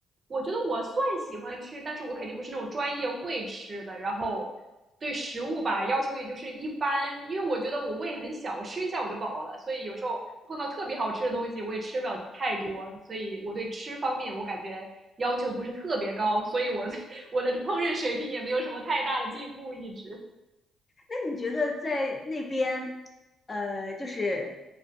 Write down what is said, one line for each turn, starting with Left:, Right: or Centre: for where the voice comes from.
Right: 我觉得我算喜欢吃，但是我肯定不是那种专业会吃的。然后对食物吧，要求也就是一般，因为我觉得我胃很小，我吃一下我就饱了，所以有时候碰到特别好吃的东西，我也吃不了太多。所以我对吃方面，我感觉要求不是特别高，所以我 <laughs> 我的烹饪水平也没有什么太大的进步，一直。
Left: 那你觉得在那边，呃，就是